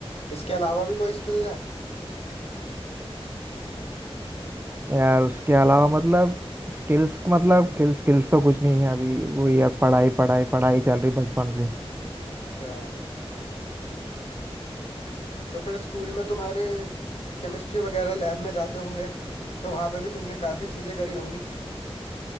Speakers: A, on the left; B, on the right.
A: इसके अलावा भी कोई स्किल्स है
B: यार उसके अलावा मतलब स्किल्स मतलब स्किल्स स्किल्स तो कुछ नहीं है अभी वो यार पढ़ाई पढ़ाई पढ़ाई चल रही बचपन
A: अच्छा तो फिर स्कूल में तुम्हारे केमिस्ट्री वगैरह लैब में जाते होंगे तो वहाँ पे भी तुमने काफ़ी चीज़ें करी होंगी